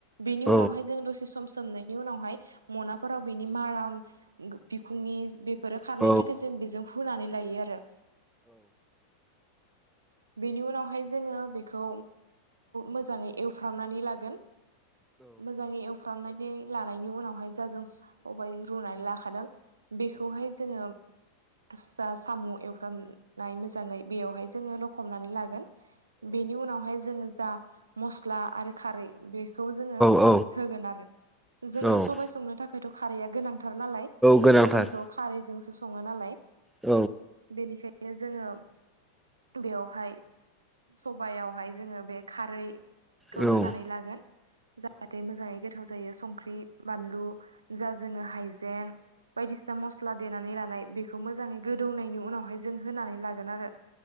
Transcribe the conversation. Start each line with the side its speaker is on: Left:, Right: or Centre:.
Right: बेनि
Centre: औ
Right: उनाव दसे सम सोमनायनि उनावहाय मनाफोराव बिनि माराम बिखुंनि बेफोरो खारनायनि
Centre: औ
Right: थाखाय जों बेजों हुनानै लायो आरो बेनि उनावहाय जोङो बेखौ मोजाङै एवफ्रामनानै लागोन मोजाङै एवफ्रामनानै लानायनि उनावहाय जाजों खब रुनानै लाखादों बेखौहाय जोङो जा साम' एवफ्रामनाय मोजाङै बेवहाय जोङो लखबनानै लागोन बेनि उनावहाय जोङो जा मस्ला आरो खारै बे खौ जोङो
Centre: औ
Right: होगोन आरो जोंनो
Centre: औ
Right: सबबाय संनो थाखायथ' खारैया गोनांथार <unintelligible> ज स
Centre: गोनांथार
Right: ख सालनि
Centre: औ
Right: बिनो जोङो बेयावहाय सबयावहाय जोङो बे खारै खौ
Centre: औ
Right: होनानै
Centre: औ औ
Right: लागोन जाहाथे मोजाङै गोथाव जायो संख्रि बानलु जा जोङो हाइजें बायदिसिना मस्ला देनानै लानाय बेखौ मोजाङै गोदौनायनि उनावहाय जों होनानै लागोन आरो